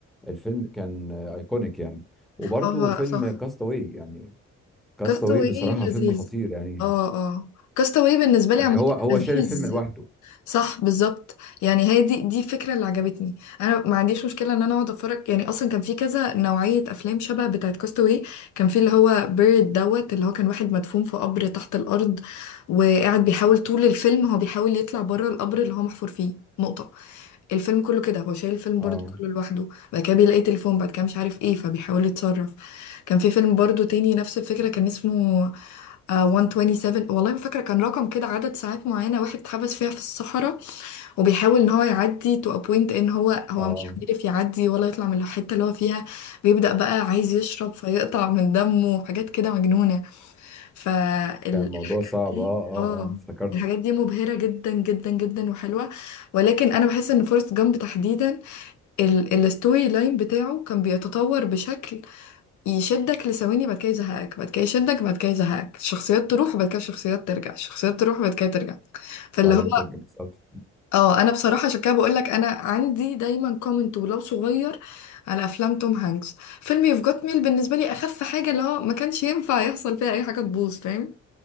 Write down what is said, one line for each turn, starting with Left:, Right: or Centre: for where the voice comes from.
Centre: الفيلم كان ايكونيك يعني وبرده
Left: هو
Centre: فيلم
Left: صح
Centre: كاستاوي يعني كاستاوي
Left: كاستاوي
Centre: بصراحه
Left: لذيذ
Centre: فيلم خطير يعني
Left: اه اه كاستاوي بالنسبه
Centre: يعني
Left: لي عامه
Centre: هو هو
Left: لذيذ
Centre: شال الفيلم لوحده
Left: صح بالظبط يعني هي دي دي الفكره اللي عجبتني انا ما عنديش مشكله ان انا اقعد اتفرج يعني اصلا كان في كذا نوعيه افلام شبه بتاعه كاستاوي كان في اللي هو بيرد دوت اللي هو كان واحد مدفون في قبر تحت الارض وقاعد بيحاول طول الفيلم هو بيحاول يطلع بره القبر اللي هو محفور فيه نقطه الفيلم كله كده هو شايل الفيلم
Centre: اه
Left: برضو كله لوحده بعد كده بيلاقي تليفون بعد كده مش عارف ايه فبيحاول يتصرف كان في فيلم برضو تاني نفس الفكرة كان اسمه آه، 127 والله ما فاكرة كان رقم كده عدد ساعات معينة واحد اتحبس فيها في الصحراء وبيحاول ان هو يعدي تو ابوينت ان هو هو
Centre: اه
Left: مش عارف يعدي ولا يطلع من الحتة اللي هو فيها بيبدأ بقى عايز يشرب فيقطع من دمه وحاجات كده مجنونة فالحاجات
Centre: كان الموضوع صعب
Left: دي
Centre: اه اه
Left: اه
Centre: اه افتكرته
Left: الحاجات دي مبهرة جدا جدا جدا وحلوة ولكن انا بحس ان فورست جامب تحديدا ال- الستوري لاين بتاعه كان بيتطور بشكل يشدك لثواني بعد كده يزهقك بعد كده يشدك بعد كده يزهقك الشخصيات تروح وبعد كده الشخصيات ترجع الشخصيات تروح وبعد كده ترجع فاللي
Centre: وبعدين
Left: هو
Centre: ترجم بالظبط
Left: اه انا بصراحة عشان كده بقول لك انا عندي دايما كومنت ولو صغير على افلام توم هانكس فيلم يوف جوت ميل بالنسبة لي اخف حاجة اللي هو ما كانش ينفع يحصل فيها اي حاجة تبوظ فاهم